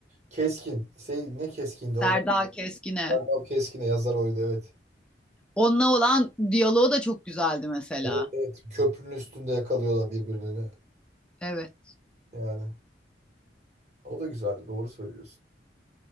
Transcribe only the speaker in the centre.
Serdar
Keskin'e.
Onunla olan diyaloğu da çok güzeldi mesela.
Evet.